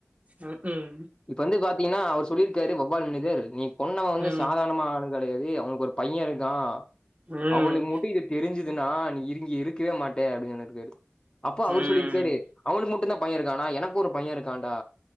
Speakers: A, on the right (about 30°); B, on the left (about 20°).
A: ம் உம்
B: இப்ப வந்து பாத்தீங்னா அவர் சொல்லிருக்காரு வவ்வால் மனிதர் நீ கொன்னவ வந்து
A: ம்.
B: சாதாரணமா ஆள் கெடயாது அவனுக்கு ஒரு பையருக்கா
A: ம்.
B: அவனுக்கு மட்டு இது தெரிஞ்சுதுனா நீ இருங்கி இருக்கவே மாட்டே அப்டின் சொன்னிருக்காரு அப்போ அவர்
A: ம்.
B: சொல்லிருக்காரு அவனுக்கு மட்டுதா பையருக்கானா எனக்கு ஒரு பையருக்கான்டா